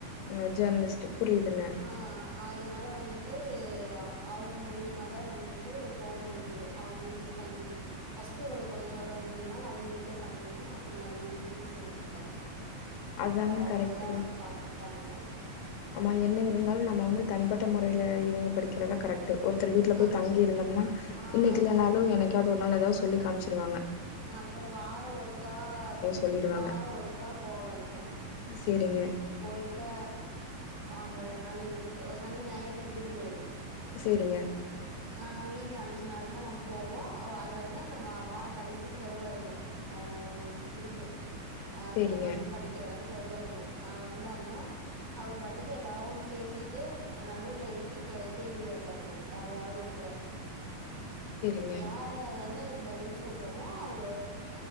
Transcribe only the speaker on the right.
ஆ அதனால வந்துட்டு அவுங்க மூலியமா தா வந்துட்டு போ முடிஞ்சது அவுங்க வீட்ல தங்கி ஃபஸ்டு ஒரு கொஞ்சோ ஒரு ரெண்டு மூண் நாளு அவிங் வீட்ல தங்கனுங்க அப்புறோ மறுபடி விடுதியில சேந்துக்கிட்டே
அப்பறோ அவுங்கதா
வந்து பாத்துக்கிட்டாங்க
அ
ஆமாங்க.
அ அப்பறோ வாரோ ஒருக்கா
வாரோ ஒருக்கா போவேங்க
போயிட்டா அங்க ரெண்ட் நாள் இருந்துட்டு சனி நாயர் விடுமுறைங்க
ஆ மீதி அஞ்சு நாள் தா நம் போவோ அதுல வந்து நம்ம வார கடைசிக்கு வருவாருங்க அ இதுக்கு ஆ
நம் படிக்கிற எடத்துக்கு வருவாருங்க ஆ வந்தாருன்னா அவுரு பாட்டுக்கு ஏதாவ்து ஒன்னு பேசிட்டு நடுவுல எழுப்பி கேள்வி கே பாருங்க யாரயாவது ஒருத்தர
யாரு அது வந்து அதுக்கு பதில் சொல்றோமோ அவுரு